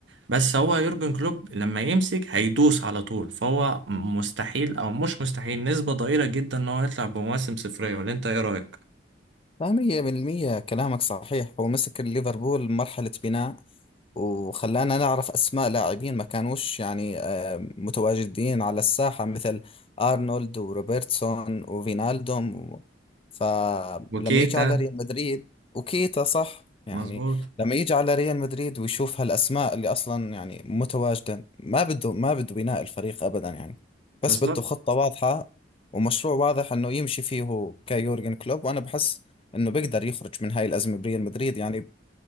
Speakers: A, on the right (about 85°); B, on the left (about 30°).
A: بس هو يورجن كلوب لما يمسك هيدوس على طول فهو مستحيل او مش مستحيل نسبة ضئيلة جدا ان هو يطلع بمواسم صفرية ولا انت ايه رأيك؟
B: لا مية بالمية كلامك صحيح هو مسك ليفربول مرحلة بناء وخلانا نعرف أسماء لاعبين ما كانوش يعني آه، متواجدين على الساحة مثل أرنولد وروبرتسون وفينالدوم و- فلما
A: وكيتا
B: يجي على ريال مدريد وكيتا صح يعني
A: مظبوط
B: لما يجي على ريال مدريد ويشوف هالأسماء اللي أصلا يعني متواجدة ما بده ما بده بناء الفريق أبدا يعني بس
A: بالظبط
B: بده خطة واضحة ومشروع واضح انه يمشي فيه هو كيورجن كلوب وانا بحس انه بيقدر يخرج من هاي الازمه بريال مدريد يعني